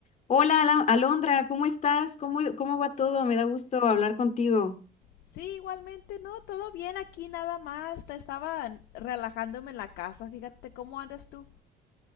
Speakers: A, on the left; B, on the left.
A: Hola, Ala- Alondra, ¿cómo estás? ¿Cómo, cómo va todo? Me da gusto hablar contigo.
B: Sí, igualmente, no, todo bien aquí nada más. Te estaba relajándome en la casa. Fíjate cómo andas tú.